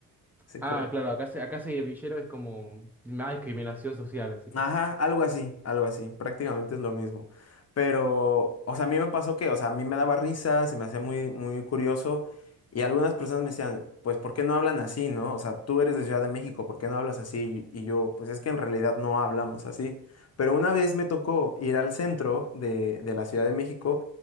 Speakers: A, on the left; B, in the centre.
A: Así
B: Ah,
A: como
B: claro,
A: que-
B: acá se, acá se villero es como más discriminación social, así
A: Ajá,
B: que.
A: algo así, algo así, prácticamente es lo mismo. Pero, o sea, a mí me pasó que, o sea, a mí me daba risa, se me hacía muy, muy curioso y algunas personas me decían, pues, ¿por qué no hablan así, no? O sea, tú eres de Ciudad de México, ¿por qué no hablas así? Y yo, pues es que en realidad no hablamos así. Pero una vez me tocó ir al centro de, de la Ciudad de México